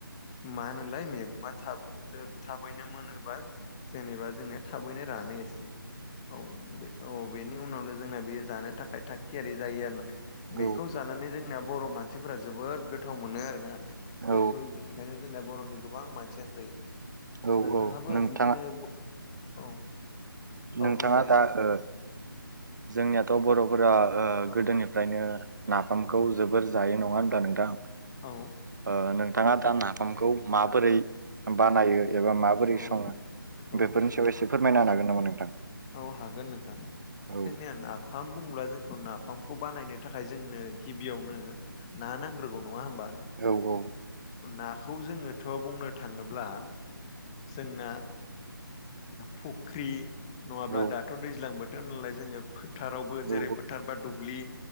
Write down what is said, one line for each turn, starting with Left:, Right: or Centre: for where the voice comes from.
Left: मा होनोलाय मैगंङा थाब जोब थाबैनो मोनोबा जेनेबा जोङो थाबैनो रानो एसे। औ बे औ बेनि उनावनो जोंना बेयो जानो थाखाय था थियारि जायो आरोना
Right: औ
Left: बेखौ जानानै जोंनिया बर' मानसिफोरा जोबोद गोथाव मोनो आरोना।
Right: औ
Left: बेखौ बेनिखायनो जोंना बर'नि गोबां मानसियानो जायो।
Right: औ
Left: नोंथाङाबो
Right: औ नोंथाङा
Left: बिदिनो औ औ
Right: नोंथाङा
Left: बुंलाय
Right: दा ओ जोंनिया थ' बर'फोरा
Left: औ
Right: गोदोनिफ्रायनो नाफामखौ
Left: औ
Right: जोबोर जायो नङा होनब्ला नोंथां?
Left: औ
Right: ओ नोंथाङा दा नाफामखौ माबोरै बानायो एबा माबोरै
Left: औ
Right: सङो
Left: औ
Right: बेफोरनि सायाव एसे फोरमायना होनो हागोन नामा नोंथां?
Left: औ हागोन नोंथां
Right: औ
Left: जोंनिया ना फाम बुङोब्ला जोंखौ नाफामखौ बानायनो थाखाय जोंनो गिबियावनो ना नांग्रोगौ नङा होमबा?
Right: औ औ
Left: नाखौ जोङोथ' बुंनो थाङोब्ला जोंना फुख्रि नङाब्ला
Right: औ
Left: दाथ' दैज्लां बोथोर नालाय जोङो फोथारावबो
Right: औ
Left: जेरै फोथार बा दुब्लि